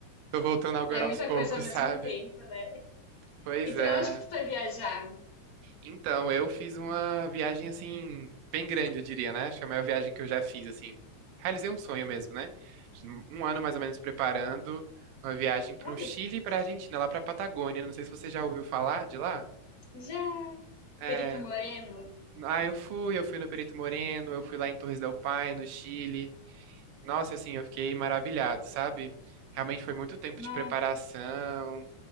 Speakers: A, on the right; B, on the left.
A: tô voltando agora
B: É muita
A: aos poucos,
B: coisa ao mesmo
A: sabe?
B: tempo, né?
A: Pois
B: E pra
A: é.
B: onde que tu vai viajar?
A: Então, eu fiz uma viagem assim, bem grande, eu diria, né? Acho que a maior viagem que eu já fiz, assim. Realizei um sonho mesmo, né? Um ano mais ou menos preparando uma viagem pro
B: Olha,
A: Chile e pra Argentina, lá pra Patagônia. Não sei se você já ouviu falar de lá.
B: já.
A: É.
B: Perito Moreno?
A: Ah, eu fui, eu fui no Perito Moreno, eu fui lá em Torres del Paine, no Chile. Nossa, assim, eu fiquei maravilhado, sabe? Realmente foi muito tempo
B: Nossa,
A: de preparação,